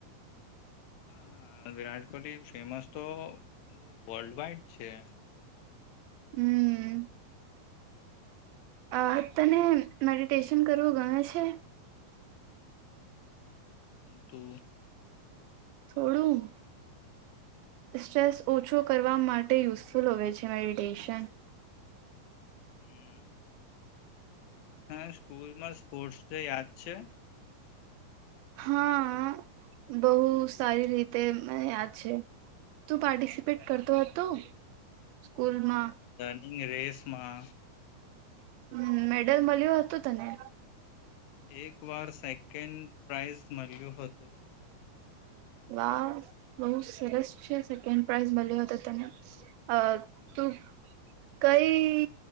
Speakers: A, on the left; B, on the right.
A: હા વિરાટ કોહલી ફેમસ તો વર્લ્ડ વાઈડ છે.
B: હમ્મ અ તને મેડિટેશન કરવું ગમે છે.
A: તુ
B: થોડું સ્ટ્રેસ ઓછો કરવા માટે યુઝફુલ હોય છે મેડિટેશન.
A: હમ્મ હા સ્કૂલ માં સ્પોર્ટ્સ ડે યાદ છે.
B: હા બહું સારી રીતે મને યાદ છે તું પાર્ટિસિપેટ કરતો હતો. સ્કૂલમાં
A: નિંગ રેસમાં.
B: અમ્મ મેડલ મલ્યું હતું તને?
A: એક વાર સેકન્ડ પ્રાઇઝ મલ્યું હતું.
B: વાહ! બોવ સરસ છે સેકન્ડ પ્રાઈઝ મલ્યો તો તને. અ
A: હમ,
B: તું કઈ